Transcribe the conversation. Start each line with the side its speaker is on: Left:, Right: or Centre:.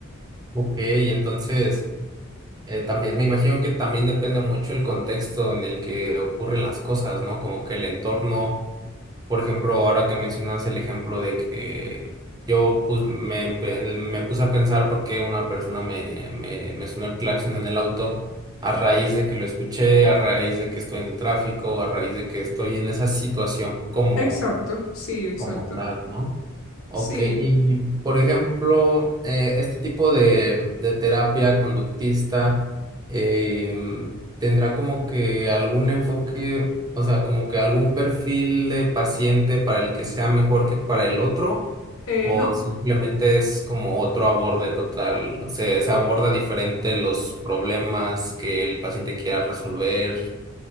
Right: Ok, entonces eh, también me imagino que también depende mucho el contexto en el que ocurren las cosas, ¿no? Como que el entorno. Por ejemplo, ahora que mencionas el ejemplo de que yo pus- me, empe- me puse a pensar por qué una persona me, me, me sonó el claxon en el auto a raíz de que lo escuché, a raíz de que estoy en el tráfico, a raíz de que estoy en esa situación como
Left: Exacto, sí, exacto.
Right: como tal, ¿no? Ok,
Left: Sí,
Right: y por ejemplo, eh, este tipo de, de terapia conductista em, tendrá como que algún enfoque, o sea, como que algún perfil de paciente para el que sea mejor que para el otro,
Left: eh,
Right: o
Left: no.
Right: simplemente es como otro aborde total, se, se aborda diferente los problemas que el paciente quiera resolver.